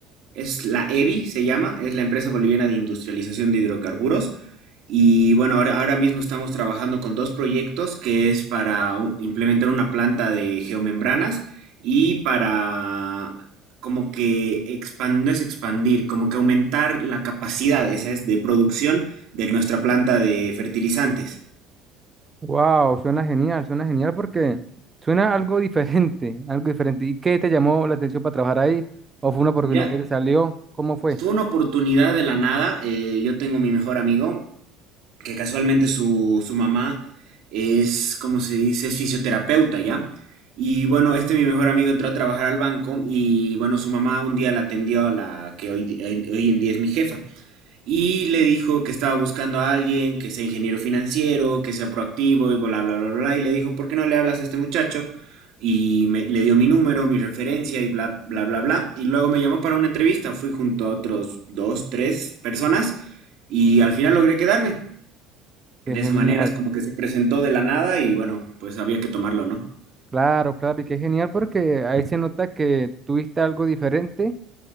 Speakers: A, on the right; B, on the right.
A: es la Evi se llama, es la empresa boliviana de industrialización de hidrocarburos. Y bueno, ahora, ahora mismo estamos trabajando con dos proyectos que es para u- implementar una planta de geomembranas y para como que expandir, no es expandir, como que aumentar la capacidad, esa es, de producción de nuestra planta de fertilizantes.
B: Wow, suena genial, suena genial porque suena algo <laughs> diferente, algo diferente. ¿Y qué te llamó la atención para trabajar ahí? ¿O fue una oportunidad
A: Mira,
B: que te salió? ¿Cómo fue?
A: fue una oportunidad de la nada. eh, yo tengo mi mejor amigo. que casualmente su, su mamá es, como se dice? Es fisioterapeuta, ¿ya? Y bueno, este mi mejor amigo entró a trabajar al banco y bueno, su mamá un día la atendió a la que hoy, di- hoy hoy en día es mi jefa y le dijo que estaba buscando a alguien que sea ingeniero financiero, que sea proactivo y bla, bla, bla, bla, y le dijo, ¿por qué no le hablas a este muchacho? Y me- le dio mi número, mi referencia y bla, bla, bla, bla. Y luego me llamó para una entrevista, fui junto a otros dos, tres personas y al final logré quedarme.
B: Qué
A: De
B: genial.
A: esa manera es como que se presentó de la nada y bueno, pues había que tomarlo, ¿no?
B: Claro, claro, y qué genial porque ahí se nota que tuviste algo diferente,